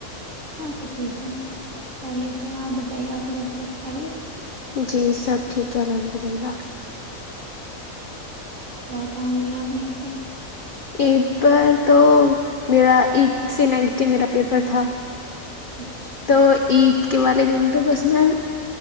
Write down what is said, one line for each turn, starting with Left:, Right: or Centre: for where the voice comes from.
Right: ہاں سب ٹھیک ہے خریت ہے آپ بتائیے آپ کے گھر پہ سب خریت
Left: جی سب ٹھیک ہے الحمد للہ
Right: سڑ کہاں گئ ہیں اپ عید پر
Left: عید پر تو میرا ایید سے نیکسٹ ڈے میرا پیپر تھا
Right: اچھا
Left: تو عید کے والے دن تو بس میں